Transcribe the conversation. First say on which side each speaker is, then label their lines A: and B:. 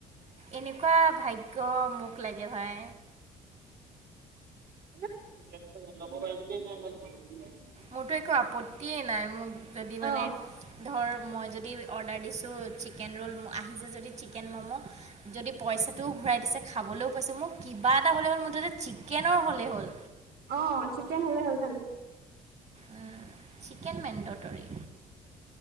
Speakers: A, on the right (about 35°); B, on the right (about 55°).
A: এনেকুৱা ভাগ্য মোক লাগে ভাই।
B: <unintelligible>
A: মোৰতো একো আপত্তিয়ে নাই, মোক যদি মানে-
B: অ',
A: ধৰ মই যদি অৰ্ডাৰ দিছোঁ চিকেন ৰোল আহিছে যদি চিকেন ম'ম'- যদি পইচাটোও ঘূৰাই দিছে খাবলৈও পাইছোঁ, মোৰ কিবা এটা হ'লে হ'ল মুঠতে চিকেনৰ হ'লেই হ'ল।
B: অঁ, চিকেন হ'লে হ'ল খালি।
A: উম চিকেন মেন্দতৰি।